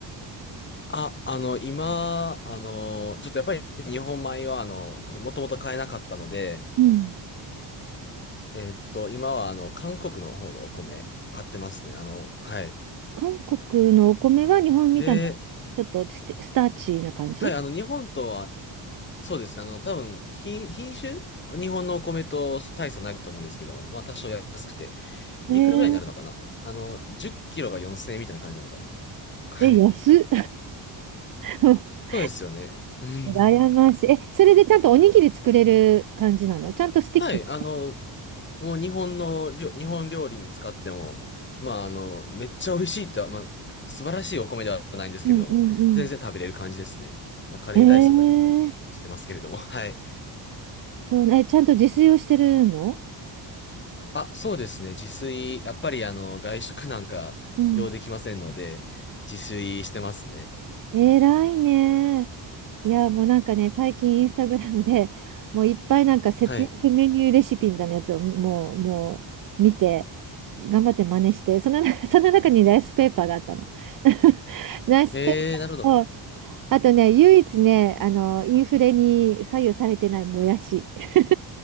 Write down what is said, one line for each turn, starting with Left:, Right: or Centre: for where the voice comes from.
Left: あ、あの、今、あの、ちょっとやっぱり日本米は、あの、もともと買えなかったので、
Right: うん。
Left: えーっと、今は、あの、韓国の方のお米買ってますね。あの、はい。
Right: 韓国のお米は日本みたいな、
Left: で、
Right: ちょっとステスターチーな感じ
Left: はい、あの、日本とはそうですね。あの、多分、品、品種日本のお米と大差ないと思うんですけども、まあ多少安くて。で、
Right: ね
Left: いくらぐらいになるのかなあの、10キロが4000円みたいな感じなのかなはい。
Right: え、え、安っ。<laughs>
Left: そうですよね。うん。
Right: 羨ましい。え、それでちゃんとおにぎり作れる感じなのちゃんとスティッキ。
Left: はい。あの、もう日本の料、日本料理に使っても、まああの、めっちゃ美味しいとは、まあ素晴らしいお米ではないんですけれども、
Right: うんうんう
Left: 全然食べれる感じですね。まあカレーライスとかに
Right: ん。えー、
Left: <laughs> してますけれども、はい。
Right: そうね、えちゃんと自炊をしてるの
Left: あ、そうですね。自炊、やっぱりあの、外食なんか用できませんので、
Right: うん。
Left: 自炊してますね。
Right: 偉いね。いや、もうなんかね、最近インスタグラムでもういっぱいなんか節約メニューレシピみたいなやつをもう、
Left: はい。
Right: もう見て、頑張って真似して、その、<laughs> その中にライスペーパーがあったの。<laughs> ライスペーパーを
Left: へえ、なるほど。
Right: あとね、唯一ね、あの、インフレに左右されてないもやし。<laughs>